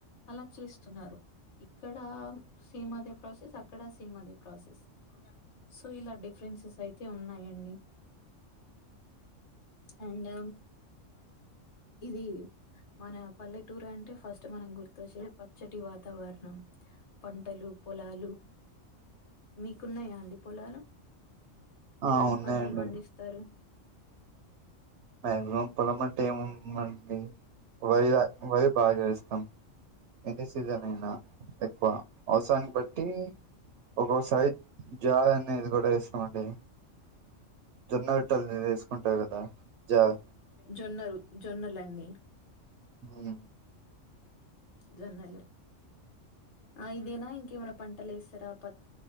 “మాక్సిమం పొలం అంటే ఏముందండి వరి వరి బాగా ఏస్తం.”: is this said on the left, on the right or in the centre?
Right